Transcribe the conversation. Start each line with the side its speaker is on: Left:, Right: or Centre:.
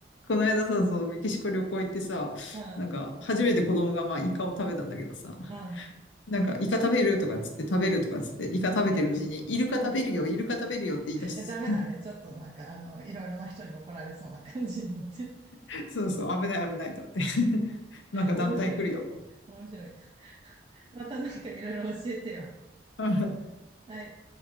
Left: この間さ、そのメキシコ旅行行ってさ、
Right: うん、
Left: なんか、初めて子供がまあ、イカを食べたんだけどさ、
Right: うん、
Left: なんか、イカ食べるとかっつって食べるとかっつって、イカ食べてるうちに、
Right: うん、
Left: イルカ食べるよ、
Right: うん。い
Left: イルカ食べるよって言い出し
Right: やダメだね。ちょっとなんか、あの、いろいろな人に怒られそうな感じになって。
Left: て、<laughs> そうそう、危ない危ないと思って。<laughs> なんか団体来るよと。
Right: 面白い、面白い。またなんかいろいろ教えてよ。
Left: <laughs>
Right: はい。